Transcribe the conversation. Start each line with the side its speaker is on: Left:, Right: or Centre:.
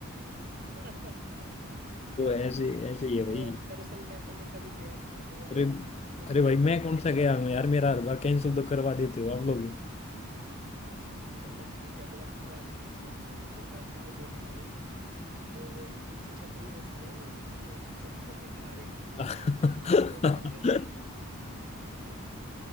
Right: हाँ हाँ, दे- देखिए
Left: वो ऐसे
Right: देखिए
Left: ऐसे ही है
Right: मैं
Left: भाई
Right: यार दरअसल मैं पहले कभी गया नहीं ना गोवा
Left: अरे
Right: फोटो
Left: अरे भाई
Right: में ही देखा
Left: मैं कौन
Right: है
Left: सा गया हूँ यार मेरा हर बार कैंसिल तो करवा देते हो आप लोग
Right: अच्छा चलो ठीक है फिर अब की बार नहीं कैंसिल होने देंगे बैठेंगे दोनों भाई जो वो कौन सी छतरी बोलती है वो जो समुंदर के किनारे है,
Left: <laughs>
Right: उस पे बैठेंगे हम्म